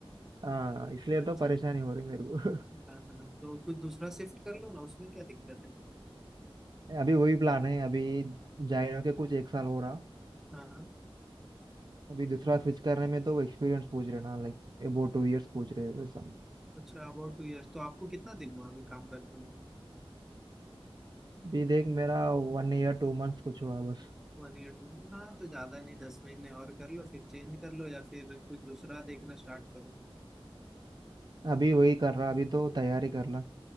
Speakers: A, on the right; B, in the centre.
A: हाँ इसलिए
B: अच्छा
A: तो परेशानी हो रही मेरे को
B: हाँ हाँ तो कुछ दूसरा शिफ्ट कर लो ना उसमें क्या दिक्कत है
A: <laughs> अभी वही प्लान है अभी जाए के कुछ एक साल हो रहा
B: हाँ हाँ
A: अभी दूसरा स्विच करने में तो वो एक्सपीरियंस पूछ रहे ना लाइक अबाउट टू इयर्स पूछ रहे हैं वैसा
B: अच्छा अबाउट टू इयर्स तो आपको कितना दिन हुआ अभी काम करते हो
A: अभी देख मेरा वन ईयर टू मंथ्स कुछ हुआ बस
B: वन ईयर टू मंथ हाँ तो ज्यादा नहीं दस महीने और कर लो फिर चेंज कर लो या फिर कुछ दूसरा देखना स्टार्ट करो
A: अभी वही कर रहा अभी तो तैयारी कर रहा